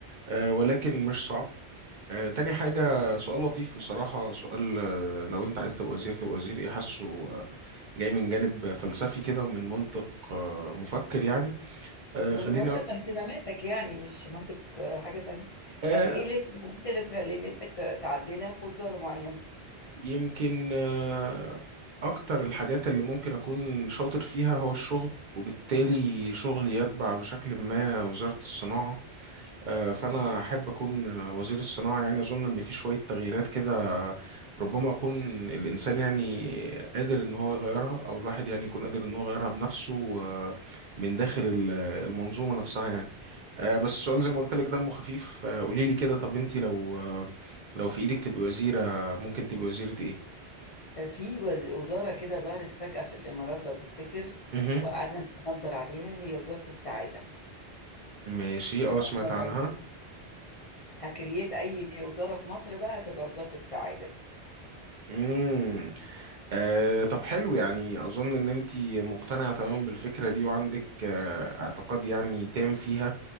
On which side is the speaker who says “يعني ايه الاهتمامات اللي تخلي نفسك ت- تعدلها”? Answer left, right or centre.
Left